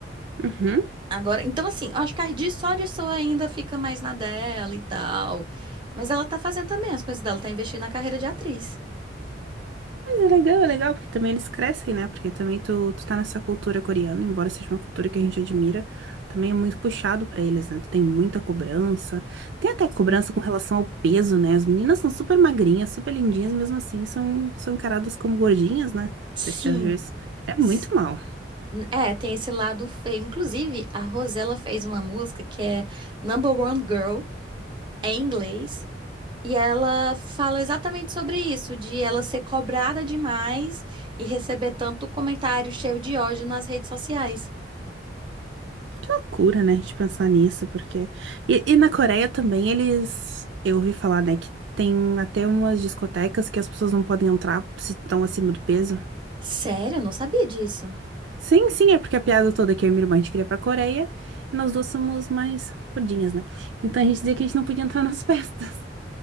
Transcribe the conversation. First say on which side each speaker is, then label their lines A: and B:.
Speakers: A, on the right (about 75°); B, on the right (about 30°).
A: Uhum.
B: Agora, então assim, eu acho que a Cardi só de só ainda fica mais na dela e tal. Mas ela tá fazendo também as coisas dela, tá investindo na carreira de atriz.
A: Mas é legal, é legal, porque também eles crescem, né? Porque também tu, tu tá nessa cultura coreana, embora seja uma cultura que a gente admira, também é muito puxado pra eles, né? Tu tem muita cobrança. Tem até
B: Sim.
A: cobrança com relação ao peso, né? As meninas são super magrinhas, super lindinhas, e mesmo assim são, são encaradas como gordinhas, né? Não
B: Sim.
A: sei se tu já viu isso. É muito
B: S-
A: mal.
B: É, tem esse lado feio. Inclusive, a Rosella fez uma música que é Number One Girl, é em inglês, e ela fala exatamente sobre isso, de ela ser cobrada demais e receber tanto comentário cheio de ódio nas redes sociais.
A: Que loucura, né? De pensar nisso, porque. E, e na Coreia também eles. Eu ouvi falar, né? Que tem até umas discotecas que as pessoas não podem entrar se estão acima do peso.
B: Sério, eu não sabia disso.
A: Sim, sim, é porque a piada toda é que eu e minha irmã a gente queria ir pra Coreia e nós duas somos mais gordinhas, né? Então a gente dizia que a gente não podia entrar nas <laughs> festas.